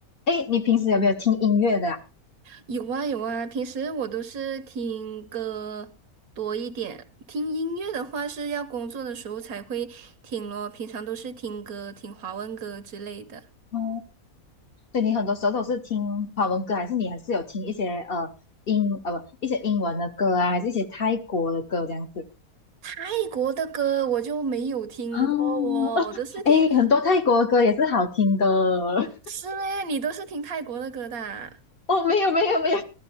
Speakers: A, on the left (about 45°); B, on the right (about 80°).
A: 哎，你平时有没有听音乐的啊？
B: 有啊有啊，平时我都是听歌多一点，听音乐的话是要工作的时候才会听咯，平常都是听歌，听华文歌之类的。
A: 哦，所以你很多时候都是听华文歌，还是你还是有听一些呃英呃不一些英文的歌啊，还是一些泰国的歌这样子
B: 泰国的歌我就没有听过哦，
A: 啊？<laughs>
B: 我都是听，
A: 哎，很多泰国的歌也是好听的 <laughs>
B: 是嘞，你都是听泰国的歌的啊
A: 哦。没有没有没有，